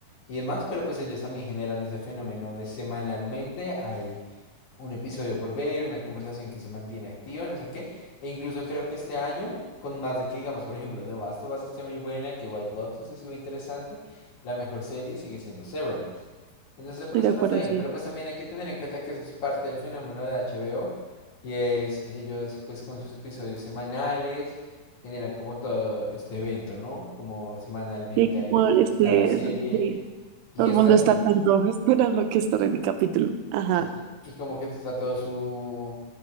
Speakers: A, on the left; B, on the right.
A: y demás, pero pues ellos también generan ese fenómeno de semanalmente hay un episodio por ver, una conversación que se mantiene activa, no sé qué, e incluso creo que este año, con más de que digamos, por ejemplo, The Last of Us esté muy buena, que White Lotus es muy interesante, la mejor serie sigue siendo Severance. Entonces,
B: estoy
A: por eso
B: de acuerdo,
A: no está bien,
B: sí.
A: pero pues también hay que tener en cuenta que eso es parte del fenómeno de HBO y es ellos pues con sus episodios semanales generan como todo este evento, ¿no? Como semanalmente
B: Sí, como
A: ahí
B: este,
A: está la serie
B: sí,
A: y
B: todo el
A: está
B: mundo está
A: como,
B: tanto <laughs> esperando que estaré mi capítulo. Ajá,
A: sí, y como que está todo su,